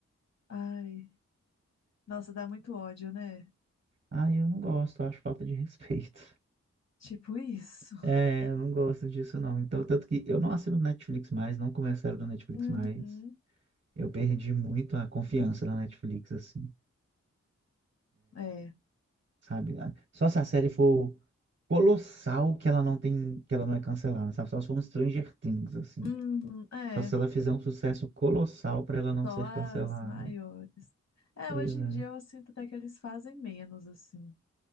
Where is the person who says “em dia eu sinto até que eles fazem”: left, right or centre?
Left